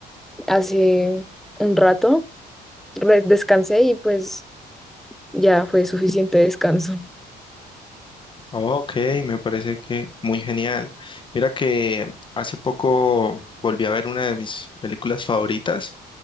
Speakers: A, in the centre; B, on the left.
A: hace un rato, re- descansé y pues ya fue suficiente descanso.
B: Oh, Ok, me parece que muy genial. Mira que hace poco volví a ver una de mis películas favoritas